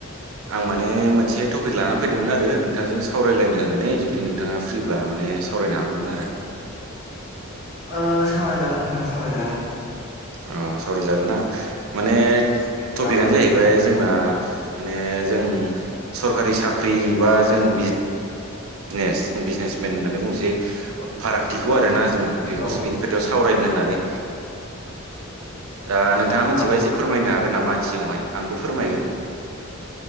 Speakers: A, on the right (about 75°); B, on the left (about 50°).
A: आं माने मोनसे टपिक लानानै फैदोंमोन आरो नोंथांजों सावरायलायनो होननानै जुदि नोंथाङा फ्रि ब्ला माने सावरायनो हागौमोन आरो
B: ओ सावरायजागोन नोंथां सावरायजागोन
A: अ सावरायजागोनना माने टपिकआनो
B: औ
A: जाहैबाय जोंना माने जों सरकारि साख्रि बा जों बिज नेस बिजनेस मेन होननानै बुंसै फारागथिखौ आरोना जों बेखौ
B: औ
A: बेनि खोथायावसो सावरायनो होननानै दा नोंथाङा मिथिबाय
B: औ
A: एसे फोरमायनो हागोन नामा आंनि सिङावहाय आंबो फोरमायगोन